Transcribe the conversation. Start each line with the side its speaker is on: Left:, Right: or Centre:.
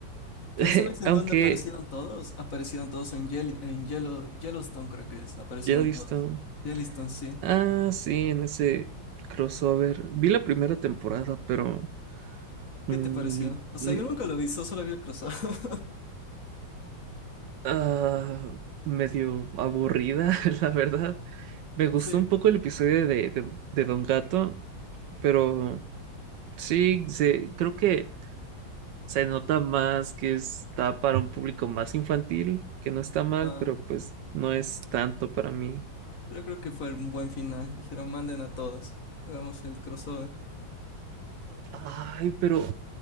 Left: Pero
Right: <laughs>
Left: ¿sabes en
Right: Aunque
Left: dónde aparecieron todos? Aparecieron todos en, Yel- en Yellow- Yellowstone, creo que es. Aparecieron
Right: Jellystone.
Left: todos. Yellowstone, sí.
Right: Ah, sí, en ese crossover. Vi la primera temporada, pero mm,
Left: ¿Qué te pareció? O sea,
Right: mm,
Left: yo nunca lo vi, so- solo vi el crossover. <laughs>
Right: ah, medio aburrida, <laughs> la verdad. Me gustó
Left: Sí.
Right: un poco el episodio de, de de Don Gato, pero sí, se, creo que se nota más que está para un público más infantil, que no está mal,
Left: Ah,
Right: pero pues no es tanto para mí.
Left: pero creo que fue un buen final. Dijeron, manden a todos. Hagamos el crossover.
Right: Ay, pero